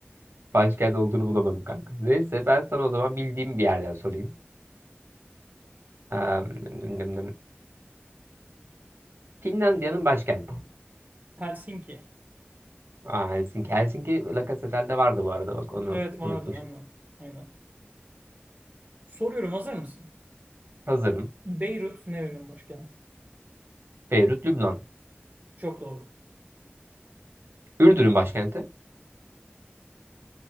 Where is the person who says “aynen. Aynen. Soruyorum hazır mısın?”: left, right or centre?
Right